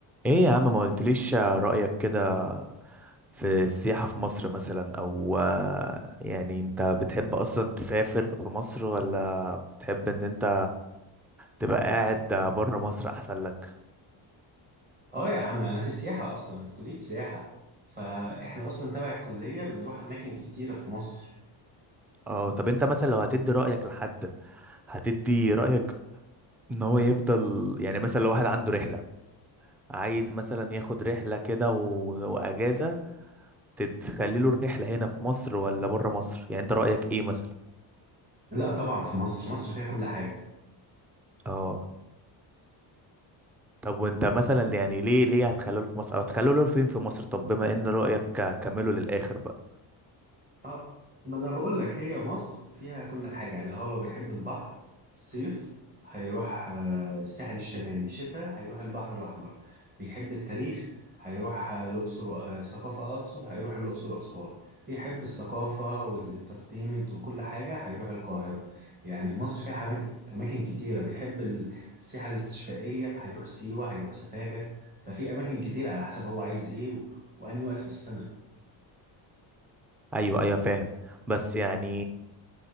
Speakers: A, in the centre; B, on the right.
A: ايه يا عم ما قلتليش رأيك كده في السياحة في مصر مثلا او آه، يعني انت بتحب اصلا تسافر في مصر ولا بتحب ان انت تبقى قاعد بره مصر احسن لك
B: اه يا عم انا في السياحه اصلا في كليه سياحه فاحنا اصلا تبع الكليه بنروح اماكن كتيره في مصر
A: اه طب انت مثلا لو هتدي رأيك لحد هتدي رأيك ان هو يفضل يعني مثلا لو واحد عنده رحلة عايز مثلا ياخد رحلة كده و- واجازة تخلي له الرحلة هنا في مصر ولا بره مصر يعني انت رأيك ايه مثلا
B: لا طبعا في مصر مصر فيها كل حاجه
A: اه طب وانت مثلا يعني ليه ليه هتخلوه في مصر او هتخلوه فين في مصر طب بما ان رأيك ك- كمله للآخر بقى
B: اه ما انا بقول لك هي مصر فيها كل حاجه يعني هو لو بيحب البحر صيف هيروح آه، الساحل الشمالي شتاء هيروح البحر الاحمر بيحب التاريخ هيروح آه، الاقصر و- آه، الثقافه اقصد هيروح الاقصر واسوان بيحب الثقافه والانترتينمنت وكل حاجه هيروح القاهره يعني مصر فيها حما- اماكن كتيره بيحب السياحه الاستشفائيه هيروح سيوه هيروح سفاجه ففي اماكن كتير على حسب هو عايز ايه و... واني وقت في السنه
A: ايوه ايوه فاهم بس يعني